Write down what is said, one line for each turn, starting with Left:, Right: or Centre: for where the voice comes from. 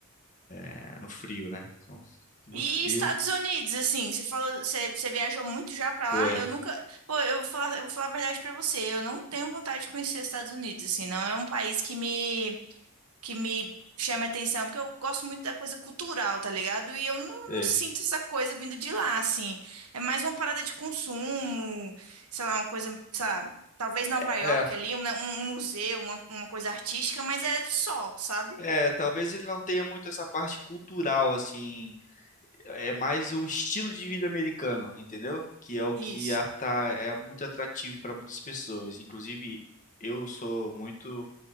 Left: É, no frio, né? São muito
Right: E
Left: frio.
Right: Estados Unidos, assim, você falou, você, você viajou muito já pra
Left: Foi.
Right: lá? Eu nunca, pô, eu vou falar, eu vou falar a verdade pra você, eu não tenho vontade de conhecer os Estados Unidos, assim, não é um país que me que me chama a atenção, porque eu gosto muito da coisa cultural, tá ligado? E eu não,
Left: Sei.
Right: não sinto essa coisa vindo de lá, assim. É mais uma parada de consumo, sei lá, uma coisa, sei lá, talvez Nova
Left: É,
Right: York ali, um, um um museu, uma, uma coisa artística, mas é só, sabe?
Left: é, talvez ele não tenha muito essa parte cultural, assim. É mais o estilo de vida americano, entendeu? Que é o que
Right: Isso.
Left: ata- é muito atrativo para muitas pessoas. Inclusive, eu sou muito